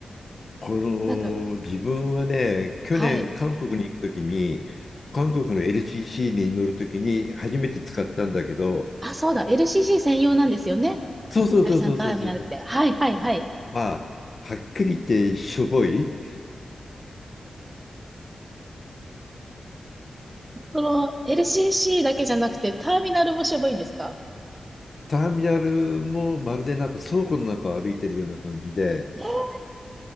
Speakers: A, on the left (about 40°); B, on the right (about 15°).
A: この、
B: なんか、
A: 自分はね、去年、
B: はい、
A: 韓国に行くときに、韓国の LCC に乗るときに初めて使ったんだけど、
B: あ、そうだ、LCC 専用なんですよね。
A: そうそうそうそうそうそう。
B: 第三ターミナルって。はいはいはい。
A: まあ、はっきり言ってしょぼい。
B: その LCC だけじゃなくて、ターミナルもしょぼいんですか
A: ターミナルもまるでなんか倉庫の中を歩いてるような感じで、
B: えー